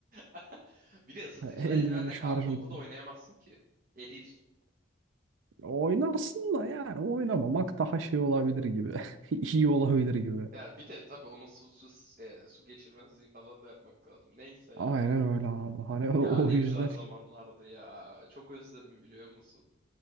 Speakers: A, on the right (about 45°); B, on the right (about 80°).
A: <laughs> Bir de
B: <laughs>
A: ısıtıcılı
B: Hani eldivenin
A: eldivenle
B: şarjı
A: kartopu
B: bitmiş
A: da oynayamazsın ki. Erir.
B: oynarsın da yani oynamamak daha şey olabilir gibi <laughs> iyi olabilir gibi
A: Ya bir de tabii onun su, su, e, su geçirmezliği falan da yapmak lazım. Neyse ya
B: aynen
A: ama.
B: öyle abi hani o
A: Ya ne
B: o yüzden
A: güzel zamanlardı ya. Çok özledim biliyor musun?